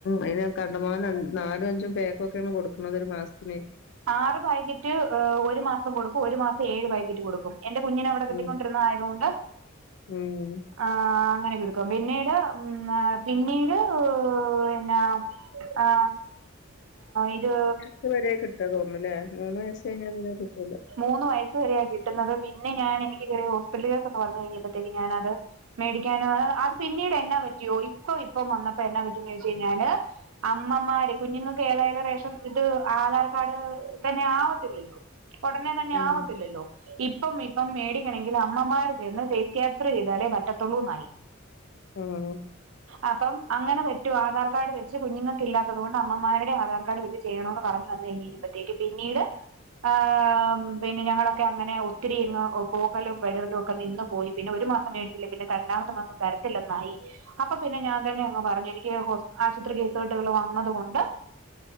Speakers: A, on the left; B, on the right.
A: അയിന് കണ്ടമാനം നാലും അഞ്ചും പേക്കൊക്കെ കൊടുക്കണുന്നത് ഒരു മാസത്തിന്
B: ആറ് പായ് ക്കറ്റ് ഒരു മാസം കൊടുക്കും ഒരു മാസം ഏഴ് പാക്കറ്റ് കൊടുക്കും എന്റെ കുഞ്ഞിനവിടെ കിട്ടി
A: ഉം
B: കൊണ്ടരുന്നതായതുകൊണ്ട്
A: ഉം
B: ആ അങ്ങനെ കിടുക്കും പിന്നീട് ഉ പിന്നീട് എന്നന്നാ ആ ഇത്
A: ത് വരെ കിട്ടാ തോന്നൂല്ലേ മൂന്ന് വയസ്സ് കഴിഞ്ഞാ പിന്നെ കിട്ടൂല
B: മൂന്ന് വയസ്സസ് വെരേയ കിട്ടുന്നത് പിന്നെ ഞാ എനിക്ക് ചെറിയ ഹോസ്പിറ്റലേഴസ് ഒക്കെ വന്നു കഴിഞ്ഞപ്പോഴത്തേ ഞാനത് മേടിക്കാനോ അ അത് പിന്നീട് എന്നാ പറ്റിയോ ഇപ്പൊ ഇപ്പം വന്നപ്പോ എന്നാ പറ്റുമ ചോദിച്ച കഴിഞ്ഞാല് അമ്മമാര് കുഞ്ഞുങ്ങൾക്ക് ഏതായാലും റേഷം ഇത് ആധാർ കാർഡ് തന്നെ ആവത്തില്ലല്ലോ ഉടനെ തന്നെ
A: ഉം
B: ആവത്തില്ലല്ലോ ഇപ്പം ഇപ്പം മേടിക്കണമെങ്കിൽ അമ്മമാര് ചെന്ന് ഫേസ് ക്യാൻസർ ചെയ്താലേ പറ്റത്തുള്ളൂന്നായി
A: ഉം
B: അപ്പം അങ്ങനെ പറ്റു ആധാർ കാർഡ് വെച്ച് കുഞ്ഞുങ്ങൾക്ക് ഇലാത്ത കൊണ്ട് അമ്മമാരുടെ ആധാർ കാർഡ് വെച്ച് ചെയ്യണന്ന് പറഞ്ഞു വന്ന് കഴിഞ്ഞപ്പോഴത്തേക്ക് പിന്നീട് ഹ് പിന്നെ ഞങ്ങളൊക്കെ അങ്ങനെ ഒത്തിരിങ്ങ് പോകലും വരലും ഒക്കെ നിന്നു പോയി പിന്നെ ഒരു മാസം മേടത്തിലേൽ ല പിന്നെ രണ്ടാമത്തെ മാസം തരത്തില്ലന്നായി അപ്പൊ പിന്നെ ഞാൻ തന്നെ അങ്ങ് പറഞ്ഞു എനിക്ക് ആശുപത്രി കേസുകെട്ടുകൾ വന്നതുകൊണ്ട്